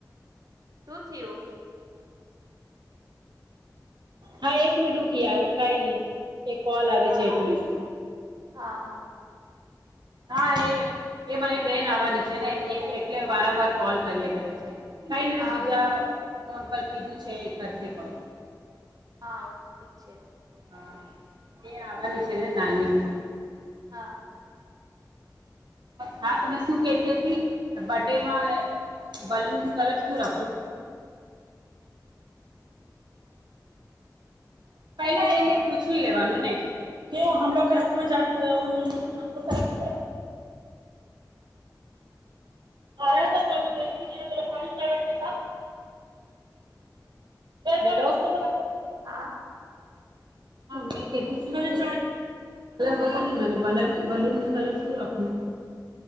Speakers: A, on the right; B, on the right.
A: શું થયું
B: હા એક મે રૂકી યાર કઈ નહી એક કોલ આવે
A: હા
B: છે એટલેત
A: હા હા
B: હા એ એ મારી બેન આવવાની છે ને એ એટલે વારંવાર કોલ કરીએ કરે છે કાઈ ને
A: હા
B: બીજા
A: ઉ-
B: ફોન પર કીધું છે એ કરશે પણ
A: હા ઠીક છે
B: હા એ આવવાની છે નામલી
A: હા
B: હા તો મેં શું કેતી હતી બર્ ડેમાં બાલુન નું કલર શું રાખું પેલા એને પૂછી લેવાનું ને કેવુંમગ કે હાથમાં જાદય હથમાં જા આયા તો કલ દતીફારી ચક હેલો હા
A: હા
B: મે કલર બતા નહી મને બલ બલૂન નું કલર શું રાખવું